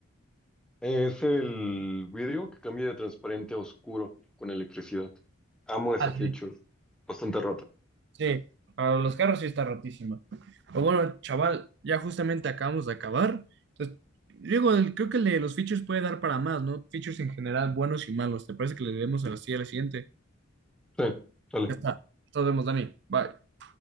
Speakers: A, in the centre; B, on the right.
A: es el vidrio que cambia de transparente a oscuro con electricidad. Amo esa
B: Ah,
A: feature.
B: sí.
A: Bastante rota.
B: Sí, para los carros sí está rotísima. Pero bueno, chaval, ya justamente acabamos de acabar. Entonces, digo, el- creo que el de los features puede dar para más, ¿no? Features en general, buenos y malos. ¿Te parece que le debemos así a la siguiente?
A: Sí, dale.
B: Ya está. Nos vemos, Dani. Bye.